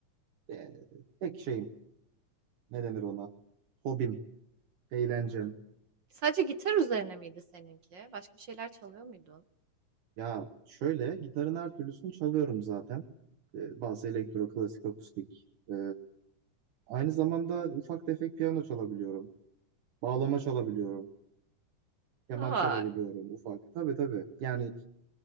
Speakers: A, on the right (about 75°); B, on the right (about 60°).
A: e, tek şeyim ne denir ona? Hobim, eğlencem.
B: Sadece gitar üzerine miydi seninki? Başka bir şeyler çalıyor muydun?
A: Ya şöyle gitarın her türlüsünü çalıyorum zaten. Ee, bazı elektro, klasik, akustik. Ee, aynı zamanda ufak tefek piyano çalabiliyorum. Bağlama çalabiliyorum. Keman
B: Ay.
A: çalabiliyorum ufak. Tabii tabii. Yani